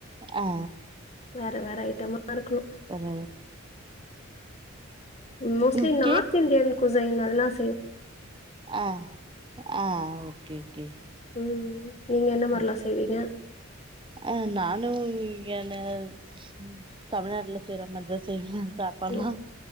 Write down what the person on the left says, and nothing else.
வேற வேற அய் டமா இருக்குனு
மோஸ்ட்லி
நார்த்
இந்தியன் <unintelligible>
ம். நீங்க என்ன
மாரிலாம் செய்வீங்க?
ம்.